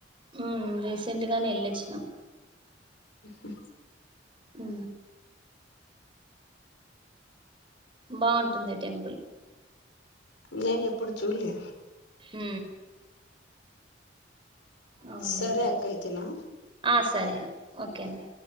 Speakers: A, on the right; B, on the left.
A: ఊ రీసెంట్ గానే వెళ్ళొచ్చినాం
B: ఉ హు
A: ఉ బాగుంటుంది టెంపుల్
B: నేను ఎప్పుడు చూలే
A: ఉ అవున్లేండి
B: సరే అక్క అయితేనా
A: ఆ సరే ఓకే అండి